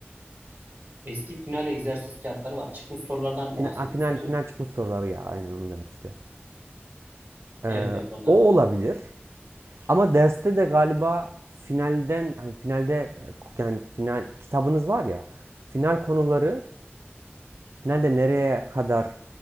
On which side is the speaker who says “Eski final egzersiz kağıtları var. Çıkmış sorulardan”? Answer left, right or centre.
Right